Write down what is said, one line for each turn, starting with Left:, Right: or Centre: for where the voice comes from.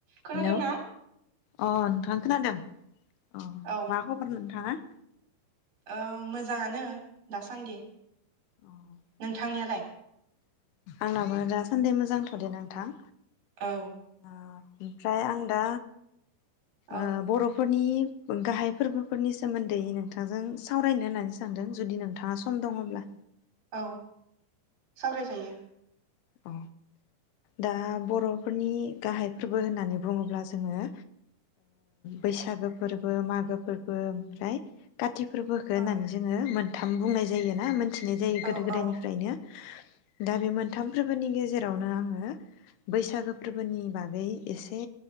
Right: खोनादोंना
Left: Hello अ नोंथां खोनादों अ
Right: औ
Left: मा खबर नोंथाङा?
Right: ओ मोजाङानो दासान्दि।
Left: अ
Right: नोंथांनियालाय?
Left: आंनाबो दासान्दि मोजांथ'दे नोंथां।
Right: औ।
Left: ओ ओमफ्राय आं दा
Right: औ
Left: ओ बर'फोर नि गाहाय फोरबोफोरनि सोमोन्दै नोंथांजों सावरायनो होननानै सानदों जुदि नोंथाङा सम दङब्ला।
Right: औ सावरायजायो।
Left: औ दा बर'फोरनि गाहाय फोरबो होननानै बुङोब्ला ओ जोङो बैसागो फोरबो मागो फोरबो ओमफ्राय खाथि फोरबोखो होननानै
Right: औ
Left: जोङो मोन थाम बुंनाय जायोना। मिथिनाय जायो गोदो
Right: औ
Left: गोदायनिफ्रायनो
Right: औ
Left: दा बे मोन थाम फोरबोनि गेजेरावनो आङो बैसागो फोरबोनि बागै एसे